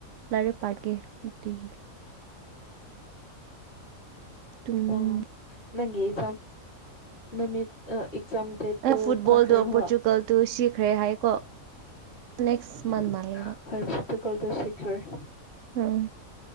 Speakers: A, on the right; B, on the left.
A: ꯂꯥꯏꯔꯤꯛ ꯄꯥꯒꯦ ꯅꯨꯡꯇꯤꯒꯤ ꯇꯨꯝ
B: ꯑꯣ ꯅꯪꯒꯤ ꯑꯦꯖꯥꯝ ꯅꯨꯃꯤꯠ ꯑꯥ ꯑꯦꯛꯖꯥꯝ ꯗꯦꯠ ꯇꯨ
A: ꯐꯨꯠꯕꯣꯜꯗꯣ
B: ꯐꯪꯈ꯭ꯔꯦ
A: ꯄꯣꯔꯆꯨꯒꯜꯗꯨ
B: ꯕ
A: ꯁꯤꯈ꯭ꯔꯦ ꯍꯥꯏꯀꯣ
B: <unintelligible>
A: ꯅꯦꯛꯁ ꯃꯟ ꯃꯥꯜꯂꯦꯕ ꯎꯝ